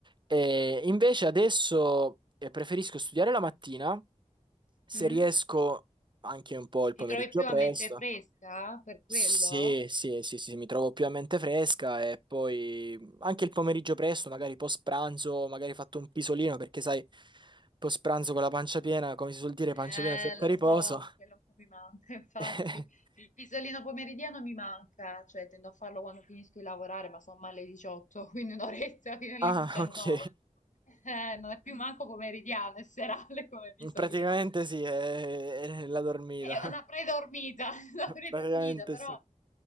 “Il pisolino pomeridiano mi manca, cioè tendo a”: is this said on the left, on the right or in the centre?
Left